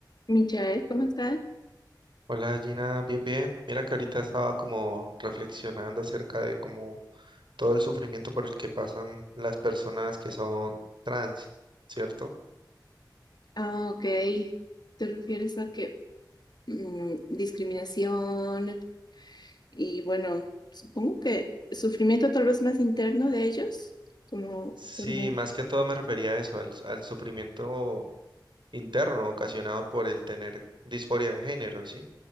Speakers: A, on the left; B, on the right.
A: Michael, ¿cómo estás?
B: Hola Gina, bien, bien. Mira que ahorita estaba como reflexionando acerca de como todo el sufrimiento por el que pasan las personas que son trans, ¿cierto?
A: Ah, ok. ¿Te refieres a que mm, discriminación y bueno, supongo que sufrimiento tal vez más interno de ellos? Como,
B: Sí,
A: como-
B: más que todo me refería a eso, al, al sufrimiento interno ocasionado por el tener disforia de género, ¿sí?